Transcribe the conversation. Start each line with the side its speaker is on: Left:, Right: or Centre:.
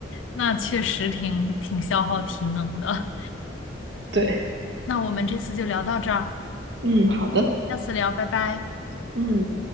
Left: 那确实挺挺消耗体能的。
Right: 对，
Left: <laughs> 那我们这次就聊到这儿，
Right: 嗯，好的，
Left: 下次聊，拜拜。
Right: 嗯。